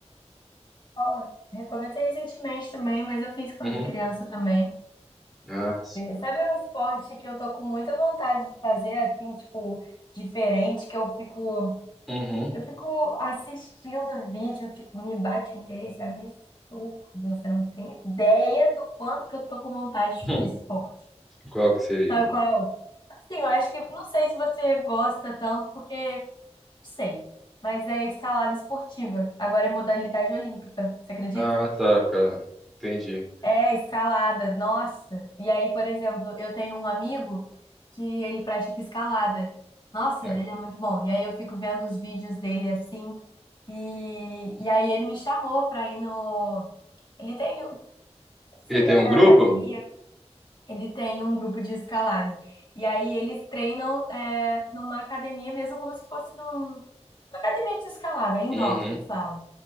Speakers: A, on the left; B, in the centre.
A: Bom, recomecei recentemente também, mas eu fiz quando
B: Uhum.
A: criança também.
B: Ah, sim.
A: Sabe um esporte que eu tô com muita vontade de fazer, assim, tipo, diferente, que eu fico,
B: Uhum.
A: eu fico assistindo o vídeo, fico- me bate um interesse absurdo. Você não tem ideia do quanto que eu tô com vontade de
B: Hum.
A: fazer esse esporte.
B: Qual que seria?
A: Sabe qual? Assim, eu acho que, não sei se você gosta tanto, porque, sei, mas é escalada esportiva. Agora é modalidade olímpica, você acredita?
B: Ah, tá, fica... Entendi.
A: É, escalada, nossa. E aí, por exemplo, eu tenho um amigo que ele pratica escalada. Nossa,
B: É.
A: ele é muito bom. E aí eu fico vendo os vídeos dele assim, e, e aí ele me chamou pra ir no. Ele tem, não sei
B: Ele
A: se
B: tem um
A: é
B: grupo?
A: academia, ele tem um grupo de escalada. E aí eles treinam é, numa academia mesmo, como se fosse num, numa academia de escalada, indoor
B: Uhum.
A: que fala.